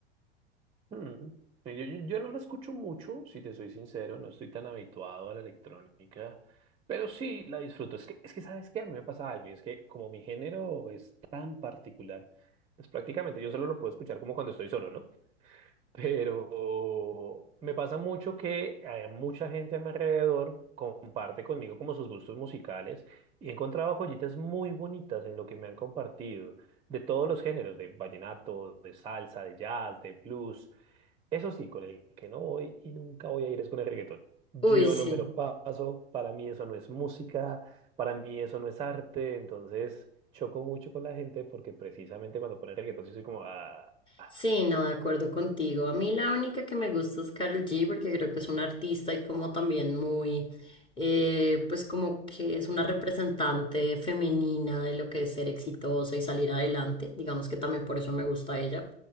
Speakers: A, on the right (about 15°); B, on the left (about 15°).
A: Mm. Sí, Yo, yo- yo no la escucho mucho, si te soy sincero, no estoy tan habituado a la electrónica, pero sí la disfruto. Es que, es que ¿sabes qué? A mí me pasa algo, y es que como mi género es tan particular, pues prácticamente yo solo lo puedo escuchar como cuando estoy solo, ¿no? <laughs> Pero me pasa mucho que hay mucha gente a mi alrededor comparte conmigo como sus gustos musicales y he encontrado joyitas muy bonitas en lo que me han compartido, de todos los géneros, de vallenato, de salsa, de jazz, de blues. Eso sí, con el que no voy y nunca voy a ir es con el reggaetón. Yo
B: Uy, sí.
A: no me lo paso, para mí eso no es música, para mí eso no es arte, entonces choco mucho con la gente porque precisamente cuando ponen reggaetón sí soy como, ah, ah.
B: Sí, no, de acuerdo contigo. A mí la única que me gusta es Karol G porque creo que es una artista y como también muy, eh, pues como que es una representante femenina de lo que es ser exitosa y salir adelante. Digamos que también por eso me gusta ella.